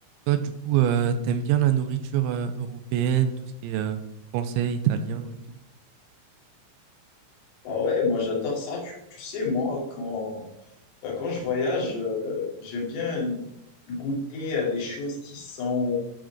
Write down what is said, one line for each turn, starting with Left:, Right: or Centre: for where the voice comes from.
Right: Toi, du coup, euh, t'aimes bien la nourriture euh, européenne, tout ce qui est euh, français, italien et tout?
Left: Ah ouais, moi j'adore ça. Tu, tu sais, moi, quand, bah, quand je voyage, euh, j'aime bien goûter à des choses qui sont